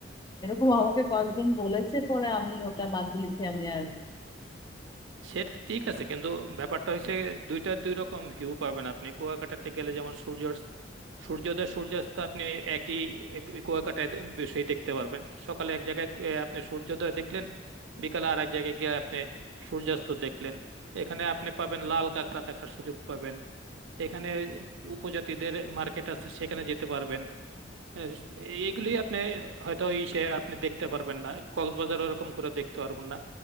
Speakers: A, on the left; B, on the right.
A: এরকম আমাকে কয়েকজন বলেছে পরে আমি ওটা বাদ দিয়েছি আমি আর
B: সেটা ঠিক আছে কিন্তু ব্যাপারটা হচ্ছে দুইটার দুই রকম ভিউ পাবেন আপনি কুয়াকাটাতে গেলে যেমন সূর্য সূর্যোদয় সূর্যাস্ত আপনি একই এক- ওই কুয়াকাটায় দে- বিষয় দেখতে পারবেন সকালে এক জায়গায় এ, আপনি সূর্যোদয় দেখলেন বিকালে আর এক জায়গায় গিয়ে আপনি সূর্যাস্ত দেখলেন এখানে আপনি পাবেন লাল কাঁকড়া দেখার সুযোগ পাবেন এখানে উপজাতিদের মার্কেট আছে সেখানে যেতে পারবেন আহ, এইগুলি আপনি হয়তো ইসে আপনি দেখতে পারবেন না কক্সবাজার ওরকম করে দেখতে পারবেন না